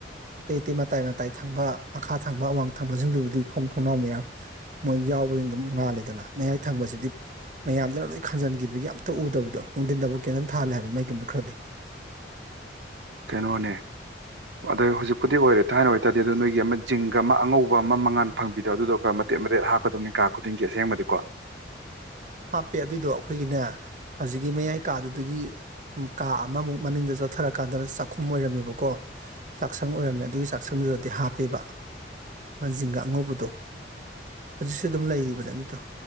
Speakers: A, on the right; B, on the right.
A: ꯑꯇꯩ ꯑꯇꯩ ꯃꯇꯥꯏ ꯃꯇꯥꯏ ꯊꯪꯕ ꯃꯈꯥ ꯊꯪꯕ ꯑꯋꯥꯡ ꯊꯪꯕꯁꯤꯡꯗꯨꯕꯨꯗꯤ ꯊꯣꯡ ꯊꯣꯡꯅꯥꯎ ꯃꯌꯥꯝ꯫ ꯃꯣꯏ ꯌꯥꯎꯕꯅ ꯑꯗꯨꯝ ꯉꯥꯂꯦꯗꯅ ꯃꯌꯥꯏ ꯊꯪꯕꯁꯤꯗꯤ꯫ ꯃꯌꯥꯝꯗꯨꯅ ꯂꯣꯏ ꯈꯟꯖꯤꯟꯈꯤꯕꯒꯤ ꯑꯝꯇ ꯎꯗꯕꯗꯣ ꯅꯨꯡꯊꯤꯟꯗꯕꯨ ꯀꯦꯟꯇꯟ ꯊꯥꯍꯜꯂꯦ ꯍꯥꯏꯕ ꯃꯩꯒꯨꯝꯕ ꯈ꯭ꯔꯗꯤ꯫
B: ꯀꯩꯅꯣꯅꯦ꯫ ꯑꯗꯣ ꯍꯧꯖꯤꯛꯄꯨꯗꯤ ꯑꯣꯏꯔꯦ ꯊꯥꯏꯅ ꯑꯣꯏꯇꯥꯔꯗꯤ ꯑꯗꯨ ꯅꯣꯏꯒꯤ ꯑꯃ ꯖꯤꯡꯒ ꯑꯃ ꯑꯉꯧꯕ ꯑꯃ ꯃꯉꯥꯟ ꯐꯪꯕꯤꯗꯣ ꯑꯗꯨꯗꯣꯒꯔ ꯃꯇꯦꯛꯠ ꯃꯇꯦꯛꯠ ꯍꯥꯞꯄ꯫ ꯀꯀꯗꯕꯅꯤ ꯀꯥ ꯈꯨꯗꯤꯡꯒꯤ ꯑꯁꯦꯡꯕꯗꯤꯀꯣ꯫
A: ꯍꯥꯞꯄꯦ ꯑꯗꯨꯏꯗꯣ ꯑꯩꯈꯣꯏꯒꯤꯅꯦ ꯍꯧꯖꯤꯛꯀꯤ ꯃꯌꯥꯏ ꯀꯥꯗꯨꯗꯒꯤ꯫ ꯎꯝ ꯀꯥ ꯑꯃꯃꯨꯛ ꯃꯅꯤꯡꯗ ꯆꯠꯊꯔꯀꯥꯟꯗ ꯆꯥꯛꯈꯨꯝ ꯑꯣꯏꯔꯝꯃꯦꯕꯀꯣ ꯆꯥꯛꯁꯪ ꯑꯣꯏꯔꯝꯃꯦ ꯑꯗꯨꯒꯤ ꯆꯥꯛꯁꯪꯗꯨꯗꯗꯤ ꯍꯥꯞꯄꯦꯕ ꯖꯤꯟꯒ ꯑꯉꯧꯕꯗꯣ ꯍꯧꯖꯤꯛ ꯁꯨ ꯑꯗꯨꯝ ꯂꯩꯔꯤꯕ ꯑꯗꯨꯗꯣ